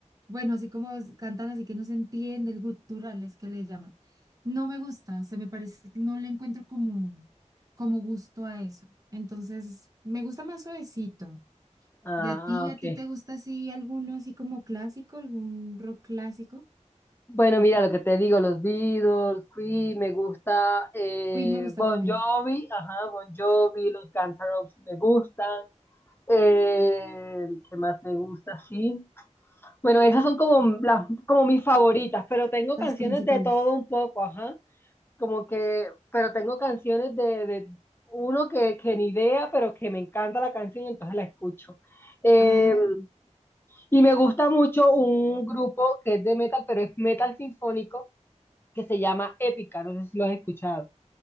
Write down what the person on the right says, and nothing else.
bueno, así como es- cantan así que no se entiende, el gutural es que le llaman. No me gusta, o sea, me parece, no le encuentro como como gusto a eso. Entonces, me gusta más suavecito.
¿Y a ti,
a ti te gusta así alguno así como clásico, algún rock clásico?
Que
te...
Queen me gusta
también.
Las
principales.
Ay.